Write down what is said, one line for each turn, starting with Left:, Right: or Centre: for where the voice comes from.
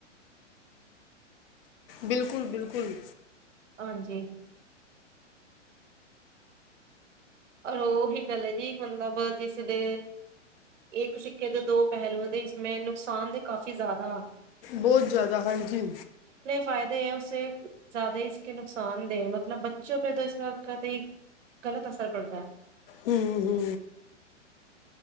Left: ਬਿਲਕੁਲ ਬਿਲਕੁਲ।
Right: ਹਾਂਜੀ। ਰ ਉਹੀ ਗੱਲ ਹੈ ਜੀ ਮਤਲਬ ਜਿਸਦੇ ਇੱਕ ਸਿੱਕੇ ਦੇ ਦੋ ਪਹਿਲੂਆਂ ਦੇ ਇਸਂ ਨੁਕਸਾਨ ਦੇ ਕਾਫੀ ਜ਼ਿਆਦਾ ਹਨ।
Left: ਬਹੁਤ ਜ਼ਿਆਦਾ ਹਾਂਜੀ।
Right: ਫਾਇਦੇ ਉਸੇ ਜ਼ਿਆਦਾ ਹੀ ਇਸ ਨੁਕਸਾਨ ਦੇ ਮਤਲਬ ਬੱਚੋ ਪੇ ਇਸ ਕ ਗ਼ਲਤ ਅਸਰ ਪੜਦਾ ਹੈ।
Left: ਹੂ ਹੂ।